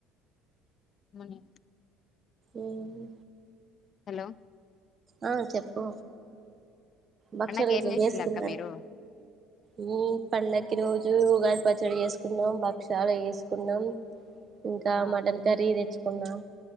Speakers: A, on the left; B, on the right.
A: మను
B: ఊహూ
A: హలో
B: ఆ చెప్పు భక్ష్యాలు
A: పండక్కి
B: గిట్లా
A: ఏం చేసిళ్ళు
B: చేసుకున్నారా
A: అక్క మీరు
B: ఉమ్ పండక్కి ఈ రో జు ఉగాది పచ్చడి చేసుకున్నాం భక్ష్యాలు చేసుకున్నాం ఇంకా
A: ఆ
B: మటన్ కర్రీ తెచ్చు కున్నాం